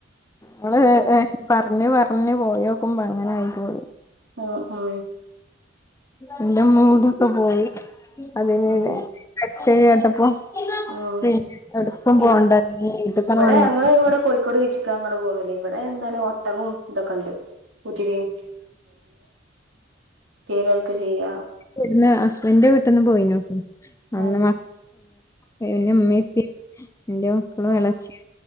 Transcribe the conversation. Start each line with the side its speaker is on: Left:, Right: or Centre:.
Left: നമ്മള്
Right: ഉം
Left: പറ <unintelligible> പറഞ്ഞ് പോയോക്കുമ്പോ അങ്ങനെ ആയി പോയി
Right: ആഹ ആ
Left: എന്റെ മൂടൊക്കെ പോയി അതന്നെല്ലേ
Right: ഉം
Left: ചെയ്യാ ട്ടപ്പോ
Right: ഉം
Left: പിന്ന ഔവ്ട്ക്കും
Right: പിൻ
Left: പോണ്ട വീട്ട് ക്കാണ്ട്
Right: ഇവിടെ
Left: വന്നാ
Right: ഞങ്ങള്
Left: മതി
Right: ഇവിടെ കോഴിക്കോട് ബീച്ചക്കാ ഞങ്ങൾ പോവല് ഇവിടെ എന്താണ് ഒട്ടകവും ഇതൊക്കെ ഉണ്ട് കുതിരിം ചെയ്യണോൽക്ക് ചെയ്യാ
Left: പിന്നെ ഹസ്ബൻഡിന്റെ വീട്ട്ന്നും പോയീനു അന്ന്
Right: ഉം
Left: പിന്നെ ഇമ്മീം
Right: ഉം
Left: ഇപ്പേം ന്റെ മക്കളും
Right: ഉം
Left: ഇളച്ചിം